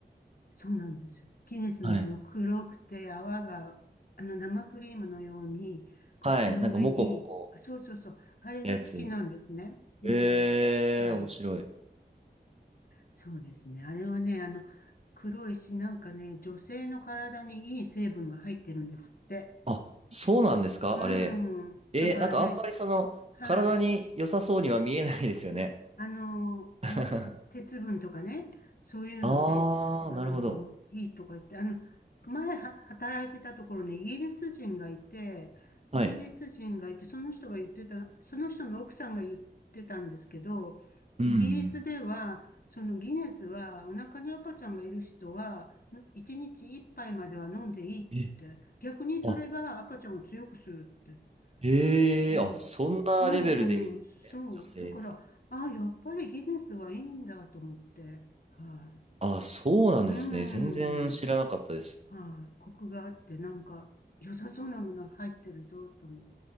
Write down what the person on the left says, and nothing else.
そうなんですよ。ギネスのあの黒くて泡が、
あの生クリームのようにコップの上に、
あそうそうそう、あれが好きなんですね。
うん。
はい。
そうですね。あれはね、あの黒いし、なんかね、女性の体にいい成分が入ってるんですって。
うん。
だからね、
はい。
いや、あの、なんかて、
鉄分とかね、そういうので、
あの、
いいとか言って、あの、前は働いてたところにイギリス人がいて、イギリス人がいて、
その人が言ってた、その人の奥さんが言ってたんですけど、
イギリスでは、そのギネスは、お腹に赤ちゃんがいる人は、1日1杯までは飲んでいいって、
逆にそれが赤ちゃんを強くするって。
うん
うんうん、そう。
だから、あ、やっぱりギネスはいいんだと思って。は
い。うん。
はい。コクがあって、なんか、良さそうなものが入ってるぞ、と思って。